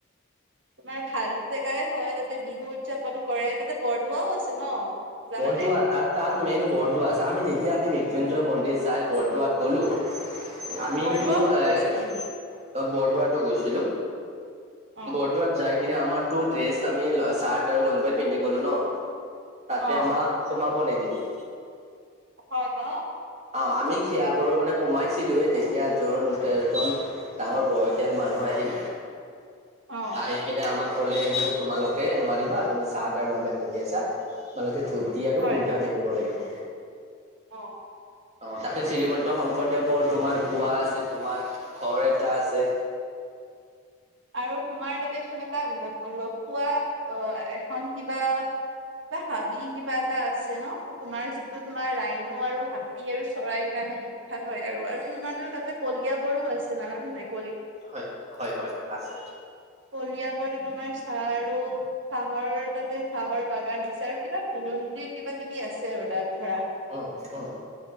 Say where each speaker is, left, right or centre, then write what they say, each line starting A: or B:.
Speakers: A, on the right; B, on the right.
A: তোমাৰ ভাল জেগাই হয়। তাতে বিহু উদযাপন কৰে। তাতে বৰদোৱাও আছে ন। জানানে?
B: বৰদোৱা তাত তাত মেইন বৰদোৱা আছে। আমি যেতিয়া আমি মৃত্যুঞ্জয়
A: উম,
B: মন্দিৰ চাই বৰদ ত গ'লোঁ। আমিতো
A: বৰদোৱাত গৈছা
B: এ
A: তুমি?
B: বৰদোৱাতো গৈছিলো।
A: অ',
B: বৰদোৱাত যায়। কি আমাৰ ড্ৰেছ আমি চাৰ্ট আৰু লং পেন্ট পিন্ধি গ'লো ন। তাতে
A: অ',
B: আমাক সোমাব। ব নিদিলে।
A: হয় ন।
B: অ' আমি সেয়া কৰিব মানে সোমাইছিলোয়ে যেতিয়া য তেজন ডাঙৰ বয়সীয়াল মানুহ আহিল।
A: অ',
B: আহি কিনে আমাক ক'লে এইবোৰ তোমালোকে নোৱাৰিবা। তুমি চাৰ্ট আৰু লং পেণ্ট পিন্ধি আছা তোমালোকে। ধুতি আৰু
A: হয়।
B: কুৰ্তা পিন্ধিব লাগিব।
A: অ',
B: অ' তাতে শ্ৰীমন্ত শংকৰদেৱৰ তোমাৰ কুৱা আছে তোমাৰ ঘৰ এটা আছে।
A: আৰু তোমাৰ তাতে চোন এটা আহিলৈ। কলখুৱা অ' এখন কিবা। কিবা হাবি কিবা এটা আছে ন তোমাৰ যিটো তোমাৰ ৰাইনু আৰু হাতী আৰু চৰাইৰ কাৰণে। বিখ্যাত হয় আৰু তোমাৰ তো তাতে কলিয়াবৰো আছে জানে নাই।
B: হয় হয় হয়। আছে
A: কলিয়াবৰৰতো তোমাৰ চাহ। আৰু চাহৰ তাতে চাহৰ বাগান আছে আৰু কিবা পুৰঞ্জিৰ কিবা কিবি আছে আৰু তাত। ধৰা
B: উম উম